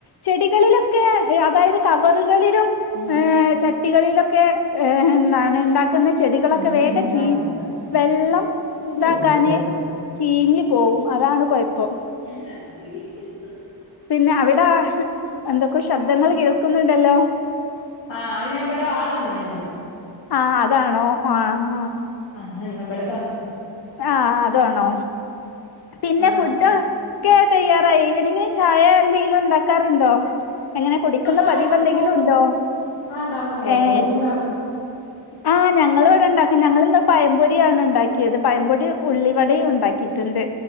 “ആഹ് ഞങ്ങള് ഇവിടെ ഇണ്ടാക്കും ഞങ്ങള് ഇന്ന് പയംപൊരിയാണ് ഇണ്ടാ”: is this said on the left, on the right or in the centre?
Left